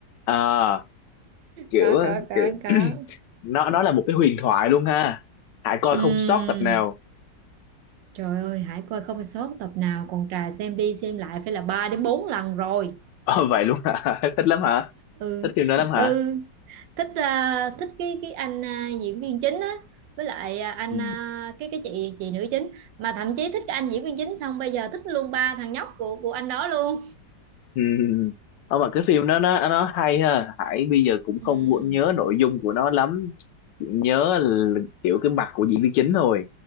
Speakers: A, on the left (about 80°); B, on the right (about 85°).
A: à, kiểu
B: có có có
A: kiểu
B: có
A: <clears throat> nó nó là một cái huyền thoại luôn ha Hải coi
B: ừ.
A: không sót tập nào
B: trời ơi hãy coi không sót tập nào còn trà xem đi xem lại phải là 3 đến 4 lần rồi
A: ờ, vậy luôn hả <laughs> thích lắm hả
B: ừ
A: thích phim đó lắm hả
B: ừ thích ờ, thích cái cái anh ờ, diễn viên chính á với lại ờ, anh
A: ừ.
B: ờ, cái cái chị chị nữ chính mà thậm chí thích cái anh diễn viên chính xong bây giờ thích luôn ba thằng nhóc của của anh đó luôn
A: Ừ. Ờ, mà cái phim đó nó nó hay ha Hải bây giờ cũng
B: ừ
A: không có nhớ nội dung của nó lắm Chỉ nhớ là kiểu cái mặt của diễn viên chính thôi